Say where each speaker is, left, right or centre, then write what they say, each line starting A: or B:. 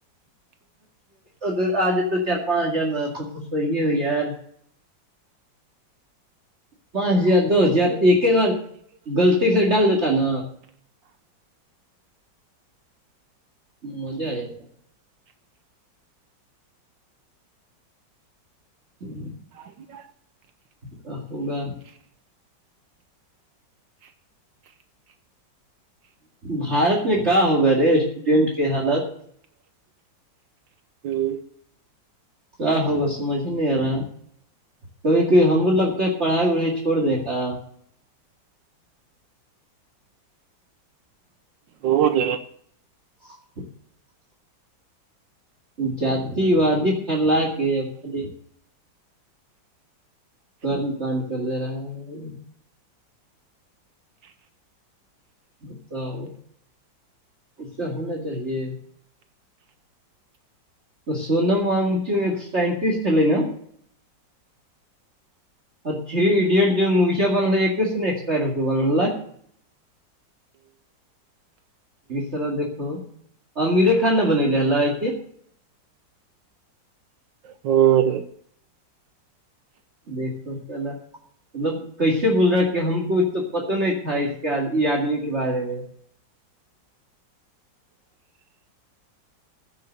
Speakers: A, on the right (about 35°); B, on the right (about 75°).
A: اگر آ ج تو چار پانچ ہزار سو یہے ہو یار پانچ ہزار دس ہزار ایک ہی بار غلط سے ڈال دیتا نا مزے آ جاتا ہے جی
B: ہ
A: کا ہوگا بھارت میں کیا ہوگا رے اسٹوڈینٹ کے حالات
B: ہوں
A: آ ہوو بس مجے نہیں رہا کبھی کھی ہمر لگتا ہے پڑھائی وڑھائی چھوڑ دی کا
B: ہو ج
A: <inaudible> جتی وادی پھیلا کے ا خالی کرن کنڈ کر دے رہا ہے بتاؤ اس سے ہونا چاہیے سونم وگ چ ایک سائنٹسٹ ہےل نا اور تھری ایڈیٹ جو موی چ بن ایک ایکسپائر ہو بنا طرح دیکھو امیرے خان نے بنل ح ل ہے کہ
B: اور
A: دیکھو چ ال مطلب کیسے بول رہا ہے کہ ہم کو تو پ تو نہیں تھا اس کے یہ آدمی کے بارے میں